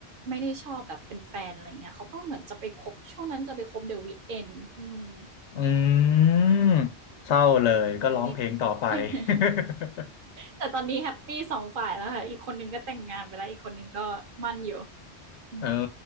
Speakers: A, on the right; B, on the left.
A: ไม่ได้ชอบแบบเป็นแฟนอะไรอย่างเงี้ยเขาก็เหมือนจะไปคบช่วงนั้นจะไปคบ The Weeknd อืม
B: อืมเศร้าเลยก็ร้องเพลงต่อไป
A: ใช่มี <laughs>
B: <laughs>
A: แต่ตอนนี้แฮปปี2ฝ่ายแล้วค่ะอีกคนหนึ่งก็แต่งงานไปแล้วอีกคนหนึ่งก็มั่นอยู่อืม
B: เออ